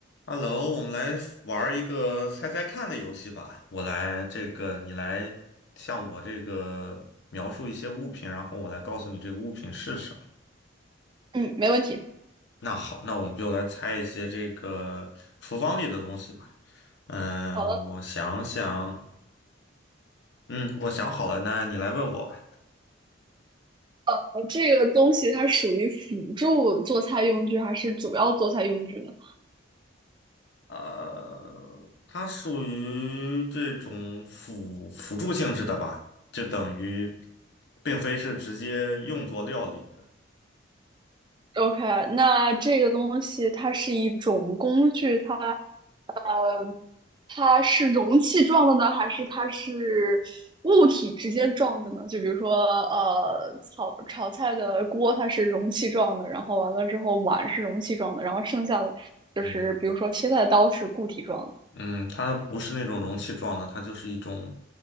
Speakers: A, on the left (about 60°); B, on the right (about 25°).
A: Hello，我们来玩儿一个猜猜看的游戏吧。我来这个，你来向我这个描述一些物品，然后我来告诉你这个物品是什么。
B: 嗯，没问题。
A: 那好，那我们就来猜一些这个厨房里的东西吧。嗯，
B: 好了，
A: 我想想，嗯，我想好了，那你来问我吧。
B: 呃，这个东西它属于辅助做菜用具还是主要做菜用具呢
A: 呃，它属于这种辅辅助性质的吧，就等于并非是直接用作料理的。
B: ？OK，那这个东西它是一种工具，它，呃，它是容器状的呢，还是它是物体直接状的呢？就比如说，呃，炒炒菜的锅它是容器状的，然后完了之后碗是容器状的，然后剩下的就是比如说切菜的刀是固体状的。
A: 嗯哼。嗯，它不是那种容器状的，它就是一种